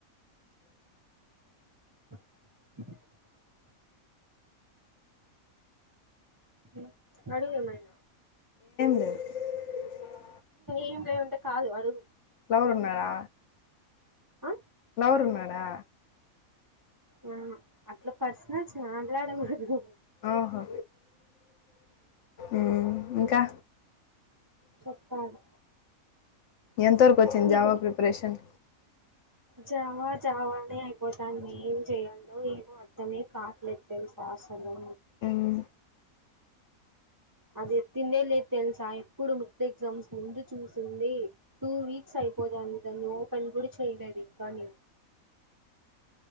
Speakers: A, on the right; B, on the left.
A: <inaudible> హు అడిగేమైనా
B: <unintelligible>
A: ఏం లే ఉంటే కాదు అడుగు
B: లవరు ఉన్నాడా
A: అ
B: వరున్నాడా
A: అ అట్లా పర్సనల్స్ మా <unintelligible>
B: ఆహా ఉమ్ ఇంకా
A: చెప్పాలి
B: ఎంతవరకు వచ్చింది
A: నీకు
B: జావా ప్రిపరేషన్
A: జావా జావానే అయిపోతాంది ఏం చేయాలో ఏమో అర్థమే కాట్లేదు తెల్సా అస్ హలో
B: ఉమ్
A: అది ఎత్తిందే లేదు తెలుసా ఇప్పుడు మిడ్ ఎగ్జామ్స్ ముందు చూసింది టూ వీక్స్ అయిపోతాం ది ఓపెన్ గూడ చెయిలేదికాని